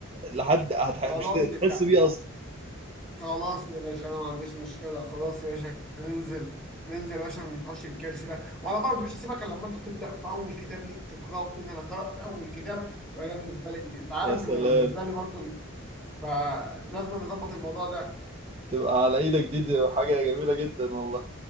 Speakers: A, on the right; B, in the centre.
A: لحد هتح...
B: خلاص
A: مش هتحس
B: يعني
A: بيه اصلا
B: خلاص يا باشا انا ما عنديش مشكله خلاص يا باشا ننزل ننزل يا باشا ما ننحوش الكرش ده وانا برضه مش هسيبك الا لما انت تبدا في اول كتاب ليك تقراه وتقول انا قرات اول كتاب يبقى ده بالنسبه لي انت عارف
A: يا سلام
B: ان بالنسبه لي برضه ال- فلازم نظبط الموضوع ده
A: تبقى على ايدك دي, دي حاجة جميلة جدا والله